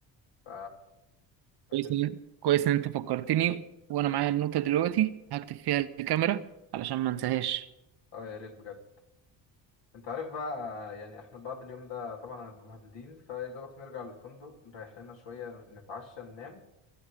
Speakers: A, on the left; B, on the right.
A: ف عشان
B: كويس
A: س...
B: إن- كويس ان انت فكرتني وانا معايا النوتة دلوقتي هكتب فيها الكاميرا علشان ما انساهاش
A: اه يا ريت بجد انت عارف بقى يعني احنا بعد اليوم ده طبعا هنبقى مهدودين فيا دوبك نرجع للفندق نريح لنا شويه نتعشى ننام